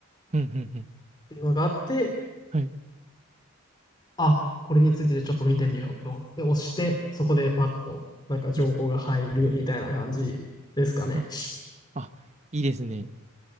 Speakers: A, on the right (about 30°); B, on the left (about 20°).
A: うん、うん、うん。
B: ていうのがあって、
A: はい。
B: あ、これについてちょっと見てみようと思って押して、そこでパッとなんか情報が入るみたいな感じですかね。
A: うん、うん。あ、いいですね。